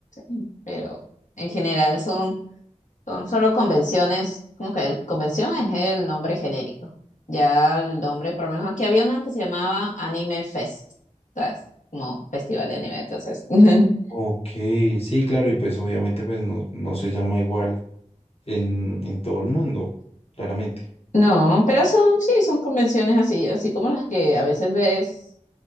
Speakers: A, on the left; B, on the left.
A: Mm. pero en general son, son solo convenciones, como que el- convención es el nombre genérico. Ya el nombre, por lo menos aquí había una que se llamaba Anime Fest, ¿sabes? Como festival de anime, entonces. <laughs>
B: Ok, sí, claro, y pues obviamente pues no, no se llama igual en, en todo el mundo, claramente.
A: No, pero son, sí, son convenciones así, así como las que a veces ves